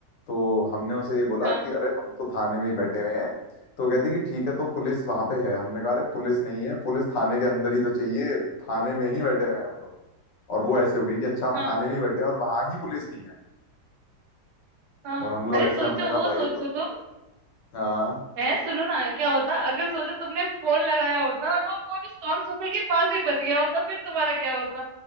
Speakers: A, on the left; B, on the right.
A: तो हमने उसे ये बोला
B: हाँ
A: कि अरे हम तो थाने में ही बैठे हुए हैं तो वो कहती कि ठीक है तो पुलिस वहां पे है हमने कहा अरे पुलिस नहीं है पुलिस थाने के अंदर ही तो चाहिए थाने में ही बैठे हुए हैं हम लोग और वो ऐसे हो गई कि अच्छा आप
B: हाँ
A: थाने में ही बैठे हैं और वहां ही पुलिस नहीं है
B: हाँ
A: और हम लोग
B: अरे सोचो
A: ऐसे हमने कहा
B: वो सोचो
A: भाई अब तो
B: तुम
A: हाँ
B: है सुनो ना क्या होता अगर सोचो तुमने फोन लगाया होता और वो फोन उस कांस्टेबल के पास ही बच गया होता फिर तुम्हारा क्या होता